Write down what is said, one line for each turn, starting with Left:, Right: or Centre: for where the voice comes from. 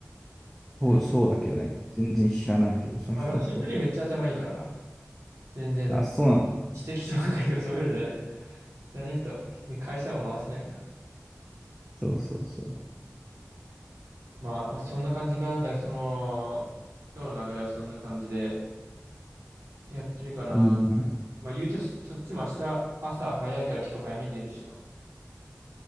Centre: そうそうだけどね。
Right: うん。
Centre: 全然知らないけど、その人のことは。
Right: あ、でもシンプルにめっちゃ頭いいから、全然なんか
Centre: あ、そうなんだ。
Right: 知的障害とかそういうのじゃないよ。じゃねえと、会社は回せないな。
Centre: そうそうそう。
Right: まあ、まあ、そんな感じかな。だから、その、今日の流れはそんな感じでやってるかな。
Centre: いいな。
Right: まあ、言うと、そそっちも明日、朝早いから今日早めに寝るっしょ。